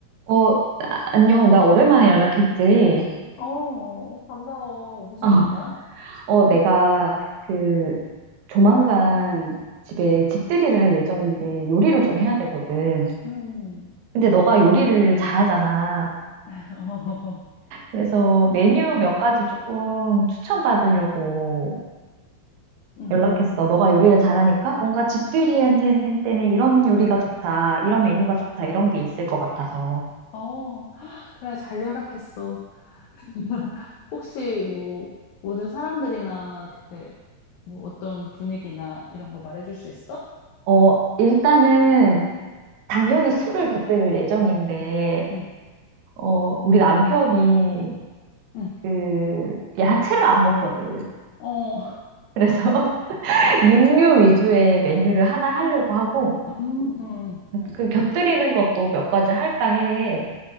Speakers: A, on the right; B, on the left.
A: 어, 안녕. 나 오랜만에 연락했지.
B: 어, 반가워. 무슨
A: 아,
B: 일이야?
A: 어, 내가 그 조만간 집에 집들이를 할 예정인데 요리를 좀 해야
B: 음.
A: 되거든.
B: 음,
A: 근데 너가 요리를 잘하잖아.
B: <laughs> 어,
A: 그래서 메뉴 몇 가지 조금 추천받으려고
B: 음,
A: 연락했어. 너가 요리를 잘하니까 뭔가 집들이한테 한테는 이런 요리가 좋다, 이런 메뉴가 좋다, 이런 게 있을 것 같아서.
B: 어, <gasps> 그래, 잘 연락했어. <laughs> 혹시 뭐, 모든 사람들이나 그때 뭐 어떤 분위기나 이런 거 말해줄 수 있어?
A: 어, 어, 일단은 당연히 술을 곁들일 예정인데
B: 응,
A: 어, 우리 남편이
B: 응,
A: 그 야채를 안 먹거든.
B: 어,
A: 그래서 <laughs> 육류 위주의 메뉴를 하나 하려고 하고
B: <laughs> 음, 음,
A: 그 곁들이는 것도 몇 가지 할까 해.